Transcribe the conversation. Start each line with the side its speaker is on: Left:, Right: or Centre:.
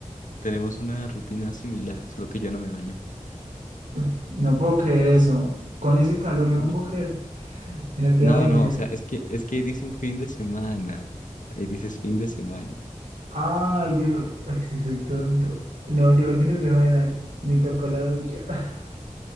Left: tenemos una rutina similar, solo que yo no me baño.
Right: Uy, no puedo creer eso. Con ese calor yo
Left: Uy,
Right: no puedo creer que no te
Left: No,
Right: bañes.
Left: no, o sea, es que, es que ahí dice un fin de semana. Ahí dices fin de semana.
Right: Ah, yo ay, sí soy tonto. No, yo los fines de semana ni toco la ducha. <laughs>